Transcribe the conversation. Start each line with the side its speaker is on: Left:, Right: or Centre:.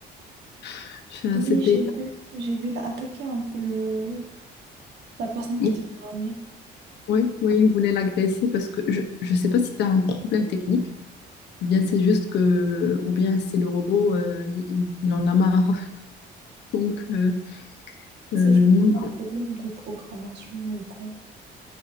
Left: <laughs> Je-
Right: Oui,
Left: C'était,
Right: j'ai vu. J'ai vu, il a attaqué un peu le... la personne
Left: oui,
Right: qui était devant lui.
Left: oui, oui, il voulait l'agresser parce que je, je sais pas si tu as un problème technique, ou bien c'est juste que, ou bien c'est le robot, euh, il, il- il en a marre. <laughs> Donc, euh, euh,
Right: C'est juste
Left: non,
Right: un problème de programmation ou quoi?